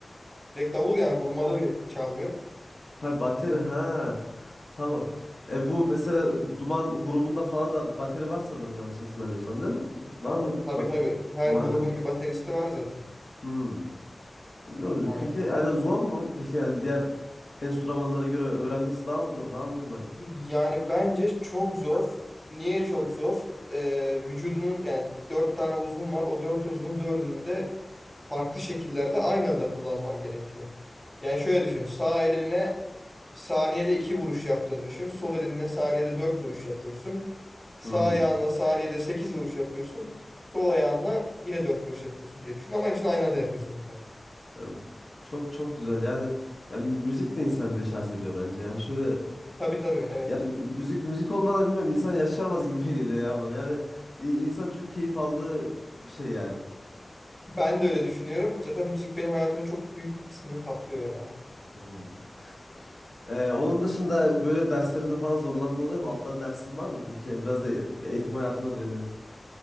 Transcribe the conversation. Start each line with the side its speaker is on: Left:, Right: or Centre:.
Centre: direkt davul yani vurmalı bir çalgı.
Left: Ha bateri ha tamam. E, bu mesela Duman grubunda falan da bateri var sanırım yanlış hatırlamıyorsam değil mi? Var mı
Centre: Ta- Tabii
Left: bateri?
Centre: tabii her
Left: Var
Centre: grubun
Left: değil mi?
Centre: bir bateristi var zaten.
Left: Hmm. Bilmiyorum.
Centre: Aynen.
Left: Peki yani zor mu? Peki yani diğer enstrümanlara göre öğrenmesi daha mı zor, daha mı kolay?
Centre: Yani bence çok zor. Niye çok zor? Ee, vücudunun yani dört tane uzvun var. O dört uzvun dördünü de farklı şekillerde aynı anda kullanman gerekiyor. Yani şöyle düşün. Sağ elinle saniyede iki vuruş yaptığını düşün. Sol elinle saniyede dört vuruş yapıyorsun. Sağ
Left: Hmm.
Centre: ayağınla saniyede 8 vuruş yapıyorsun. Sol ayağınla yine 4 vuruş yapıyorsun diye düşün. Ama hepsini aynı anda yapıyorsun bunlar.
Left: Yani çok çok güzel. Yani, yani müzik de insanı deşarj ediyor bence. Yani şöyle
Centre: Tabii tabii evet.
Left: Ya müzik müzik olmadan bilmiyorum insan yaşayamaz gibi <laughs> geliyor ya bana. Yani i- insan çok keyif aldığı bir şey yani.
Centre: Ben de öyle düşünüyorum. Zaten müzik benim hayatımın çok büyük bir kısmını kaplıyor ya.
Left: Hmm. Ee, onun dışında böyle derslerinde falan zorlandığın oluyor mu? Alttan dersin var mı peki? Biraz da eğitim hayatına dönelim.